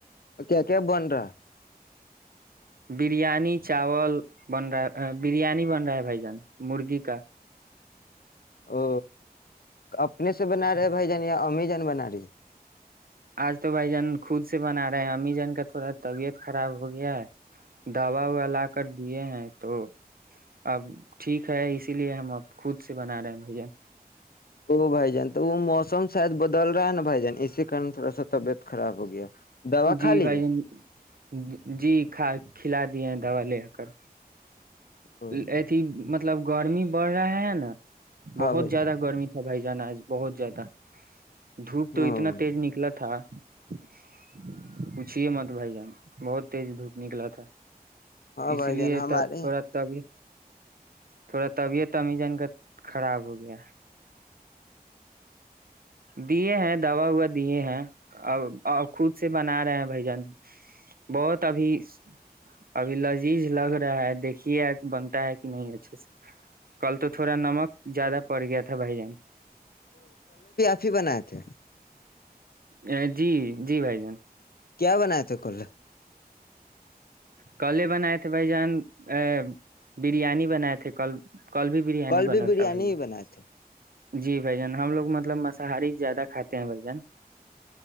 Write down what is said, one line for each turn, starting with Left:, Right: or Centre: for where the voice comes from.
Left: ا کیا کیاب بنرا
Right: بریانی چاول بن رہا بریانی بن رہا ہے بھائی جان مرغی کا
Left: او اپنے سے بنا رہے ہیں بھائی جان یا امی جان بنا رہی ہے
Right: آج تو بھائی جان خود سے بنا رہے ہیں امی جان کا تھوڑا طبیعت خراب ہو گیا ہے دوا وا لا کر دیے ہیں تو اب ٹھیک ہے اسی لیے ہم اب خود سے بنا رہے ہیں بھیا
Left: ا بھائی جان تو وہ موسم شاید بدل رہا ہے نا بھائی جان اسی کارن تھوڑا سا طبیعت خراب ہو گیا دوا
Right: جی
Left: کھا لیے
Right: بھائی جن جی کا کھلا دیا ہیں دوا لے کر
Left: او
Right: ای ت مطب مطلب گرمی بڑھ رہا ہے نا
Left: ہاں
Right: بہت
Left: بھائی
Right: زیادہ
Left: جان
Right: گرمی تھی اچھا بھائی جان آج بہت زیادہ دھوپ تو
Left: ہاں
Right: اتنا
Left: بھائی
Right: تیز نکلا تھا <unintelligible> پوچھیے مت بھائی جان بہت تیز دھوپ نکلا تھا
Left: ہاں
Right: اس
Left: بھائی
Right: لیے
Left: جان ہمارے
Right: تو تھوڑا تو ابھی تھوڑا طبیعت امیزن کا خراب ہو گیا دیے ہیں دوا ووا دیے ہیں ا خود سے بنا رہے ہیں بھجن بہت ابھی ابھی لذیذ لگ رہا ہے دیکھیے بنتا ہے کہ نہیں اچھے سے کل تو تھوڑا نمک زیادہ پڑ گیا تھا بھائی جان
Left: فی بنائے تھے
Right: ا جی جی بھائی جان
Left: کیا بنائے تھے کلر
Right: کلے بنائے تھے بھ جان ا بریانی بنائے تھے کل بھی بریانی
Left: کل
Right: بنا
Left: بھی بریانی
Right: تھا بھائی جان
Left: ہی بنائے تھے
Right: جی بھ جان ہم لوگ مطلب مساہاری زیادہ کھاتے ہیں بھ جن